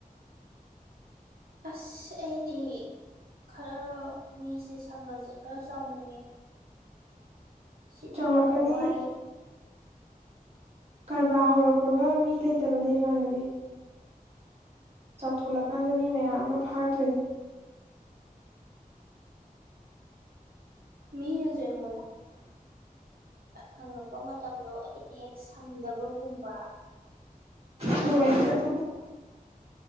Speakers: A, on the right (about 80°); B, on the right (about 45°).
A: ꯑꯁ ꯑꯩꯅꯦ ꯈꯔ ꯃꯤꯁꯦ ꯁꯪꯒꯁꯦ ꯈꯔ ꯆꯥꯎꯅꯤꯡꯉꯦ ꯁꯤꯗꯤ
B: ꯆꯥꯎꯔꯛꯀꯅꯤ
A: ꯌꯥꯝꯅ ꯋꯥꯏ
B: ꯀꯔꯕꯥꯔ ꯍꯧꯔꯛꯄꯒ ꯃꯤ ꯂꯩꯇꯕꯅꯦ ꯏꯃꯥꯟꯅꯕꯤ ꯆꯥꯎꯊꯠꯂꯀꯥꯟꯗ ꯃꯤ ꯃꯌꯥꯝ ꯑꯃ ꯐꯥꯔꯛꯇꯣꯏꯅꯤ
A: ꯃꯤꯅꯦꯖꯤꯦ ꯍꯗ ꯍꯪꯉꯛꯄ ꯃꯇꯝꯗꯣ ꯑꯩꯅ ꯍꯦꯛ ꯁꯪꯗꯕꯒꯨꯝꯕ ꯌꯦꯉꯃ
B: ꯍꯣꯏ ꯑꯗꯨꯒꯨꯝꯕ